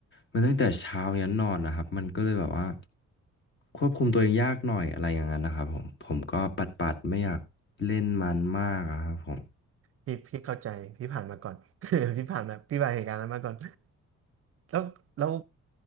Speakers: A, on the left (about 40°); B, on the right (about 50°).
A: มันตั้งแต่เช้ายันนอนนะครับมันก็เลยแบบว่าควบคุมตัวเองยากหน่อยอะไรอย่างนั้นนะครับผมผมก็ปัดๆไม่อยากเล่นมันมากอะครับผม
B: พี่พี่เข้าใจพี่ผ่านมาก่อน <laughs> พี่ผ่านมาพี่ผ่านเหตุการณ์นั้นมาก่อนแล้วแล้ว